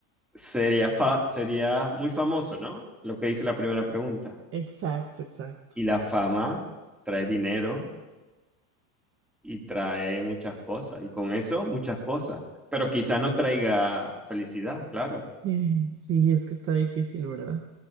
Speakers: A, in the centre; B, on the right.
A: sería, fa- sería muy famoso, ¿no? Lo que hice la primera pregunta.
B: Exacto, exacto.
A: Y la fama trae dinero y trae muchas cosas. Y con eso, muchas cosas. Pero quizás no traiga felicidad, claro.
B: Eh, Sí, es que está difícil, ¿verdad?